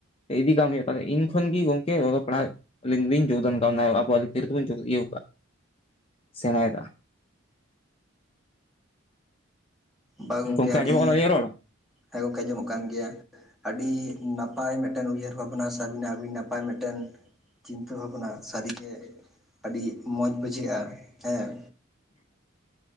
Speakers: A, on the left; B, in the centre.
A: ᱤᱫᱤ ᱠᱟᱢ ᱦᱩᱭᱩᱜ-ᱟ ᱛᱟᱞᱦᱮ ᱤᱱ ᱠᱷᱚᱱ ᱜᱮ ᱜᱚᱝᱠᱮ ᱚᱞᱚᱜ ᱯᱟᱲᱦᱟᱜ ᱟᱞᱤᱧ ᱫᱚᱞᱤᱧ ᱡᱳᱜᱽᱫᱟᱱ ᱠᱟᱫᱟ ᱟᱵᱚᱣᱟᱜ ᱠᱤᱯᱤ ᱛᱮ <inaudible> ᱥᱮᱬᱟᱭᱮᱫ ᱟ
B: ᱵᱟ ᱜᱚᱢᱠᱮ
A: ᱜᱚᱝᱠᱮ
B: ᱟᱹᱰᱤ
A: ᱟᱸᱡᱚᱢᱚᱜ ᱠᱟᱱᱟ ᱟᱹᱞᱤᱧᱟᱜ ᱨᱚᱲ
B: ᱦᱮ ᱜᱚᱢᱠᱮ ᱟᱸᱡᱚᱢᱚᱜ ᱠᱟᱱ ᱜᱮᱭᱟ ᱟᱹᱰᱤ ᱱᱟᱯᱟᱭ ᱢᱤᱫ ᱴᱮᱱ ᱩᱭᱦᱟᱹᱨ ᱵᱷᱟᱵᱽᱱᱟ ᱥᱮ ᱟᱹᱵᱤᱱᱟᱜ ᱟᱹᱰᱤ ᱱᱟᱯᱟᱭ ᱢᱤᱫ ᱴᱮᱱ ᱪᱤᱱᱛᱟᱹ ᱵᱷᱟᱵᱽᱱᱟ ᱥᱟᱹᱨᱤᱜᱮ ᱟᱹᱰᱤ ᱢᱚᱡᱽ ᱵᱩᱡᱷᱟᱹᱜᱼᱟ ᱦᱮᱸ
A: <inaudible>